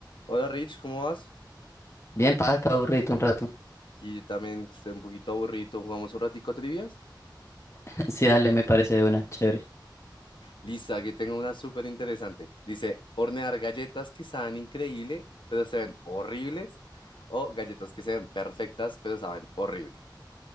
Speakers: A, on the left (about 80°); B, on the left (about 35°).
A: Hola Rich, ¿cómo vas?
B: Bien, para acá aburrido un rato.
A: Aquí también estoy un poquito aburrido. ¿Jugamos un ratico trivias?
B: <laughs> Sí, dale, me parece de una, chévere.
A: Lista, aquí tengo una súper interesante. Dice, hornear galletas que saben increíble, pero se ven horribles, o galletas que se ven perfectas, pero saben horrible,